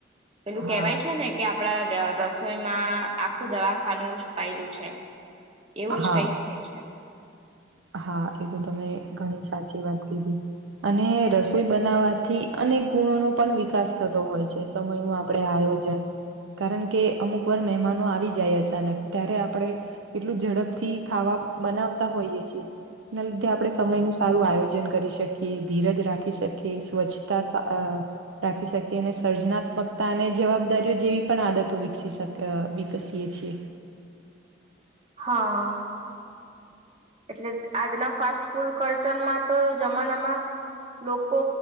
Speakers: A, on the right; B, on the right.
A: પેલું
B: હા
A: કેહેવાય છે ને કે આપડા રસોઈમાં આખું દવાખાનું છુપાયેલું છે. એવું જ
B: હા
A: કઈક કે છે.
B: હા એ તો તમે ઘણી સાચી વાત કીધી. અને રસોઈ બનાવવાથી અનેક ગુણો નો પણ વિકાસ થતો હોય છે. સમય નું આપડે આયોજન કારણ કે અમુક વાર મહેમાનો આવી જાય અચાનક ત્યારે આપણે એટલું ઝડપથી ખાવા બનાવતા હોઈએ છીએ. <unintelligible> એ લીધે આપડે સમય નું સારું આયોજન કરી શકીએ ધીરજ રાખી શકીએ સ્વચ્છ ત અ રાખી શકીએ અને સર્જનાત્મકતા અને જવાબદારીઓ જેવી પણ આદતો વિકસી શકે વિકસીએ છીએ.
A: હા. એટલે આજના ફાસ્ટ ફૂડ કરચલમાં તો જમાનામાં લોકો